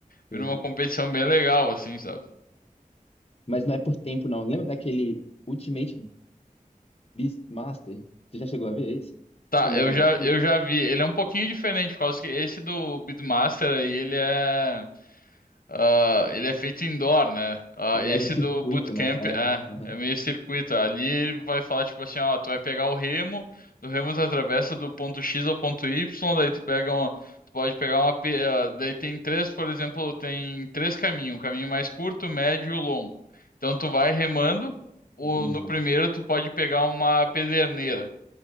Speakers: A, on the left; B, on the left.
A: vira
B: sei.
A: uma competição bem legal, assim, sabe?
B: Mas não é por tempo, não. Lembra daquele Ultimate Beastmaster? Você já chegou a ver esse?
A: Tá,
B: Que também
A: eu
B: é da
A: já,
B: Netflix?
A: eu já vi. Ele é um pouquinho diferente, por causa que esse do Beatmaster aí, ele é. Ah, ele é feito indoor, né? Ah,
B: Ele
A: esse
B: era o circuito,
A: do bootcamp
B: né? É.
A: é,
B: Uhum.
A: é meio circuito. Ali ele vai falar tipo assim, ó, tu vai pegar o remo, do remo tu atravessa do ponto X ao ponto Y, daí tu pega um, tu pode pegar uma, pe- ah, daí tem três, por exemplo, tem três caminhos, um caminho mais curto, médio e o longo. Então tu vai remando, o,
B: Entendi.
A: no primeiro tu pode pegar uma pederneira.